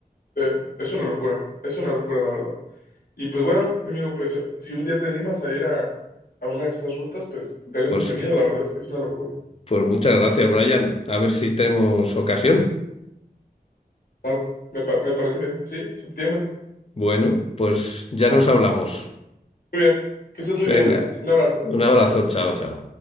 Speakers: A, on the left (about 60°); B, on the left (about 40°).
A: eh, es una locura, es una locura, la verdad. Y pues bueno, mi amigo, pues eh, si un día te animas a ir a, a una de estas rutas, pues eres
B: Pues,
A: bienvenido. La verdad es que es una locura.
B: pues muchas gracias, Brian. A ver si tenemos ocasión.
A: Claro, me, pa- me parece bien. Sí, septiembre.
B: Bueno, pues ya nos hablamos.
A: Muy bien. Que estés muy bien,
B: Venga,
A: Luis. Un abrazo.
B: un abrazo, chao, chao.